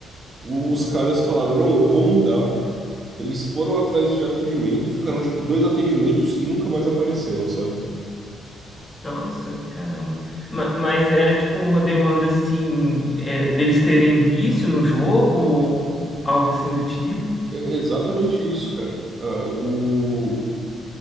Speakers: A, on the right (about 35°); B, on the left (about 25°).
A: o- os caras falaram, não, eu vou mudar. Eles foram atrás de atendimento, ficaram, tipo, dois atendimentos e nunca mais apareceram, sabe?
B: nossa, caramba. Ma- mas era, tipo, uma demanda, assim, é, deles terem vício no jogo ou algo assim do tipo?
A: É exatamente isso, cara. Ah, o.